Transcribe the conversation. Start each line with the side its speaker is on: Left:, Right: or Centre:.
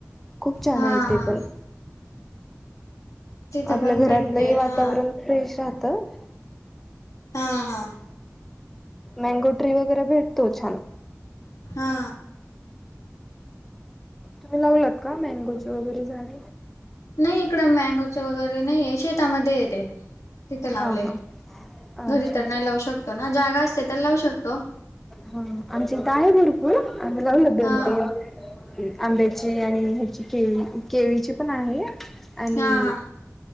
Centre: खूप छान
Left: हा
Centre: आहे ते
Left: हा
Centre: पण.
Left: तिथं
Centre: आपल्या
Left: पण
Centre: घरातलंही
Left: भेटते
Centre: वातावरण
Left: हा
Centre: फ्रेश राहतं.
Left: हा हा.
Centre: मँगो ट्री वगैरे भेटतो छान.
Left: हा.
Centre: तुम्ही लावलात का मॅंगोचे वगैरे झाड?
Left: नाही इकडं मँगो चे वगैरे नाहीे शेतामध्ये ये ते तिथे लावले.
Centre: हा हा.
Left: घरी
Centre: अच्छा
Left: तर नाही लावू शकतो ना जागा असते तर लावू शकतो.
Centre: हा हा आमच्या इथ आहे भरपूर आम्ही लावले दोन
Left: हा
Centre: तिन. म आंब्याची आणि ह्याची केळी केळीची पण आहे आणि
Left: हा हा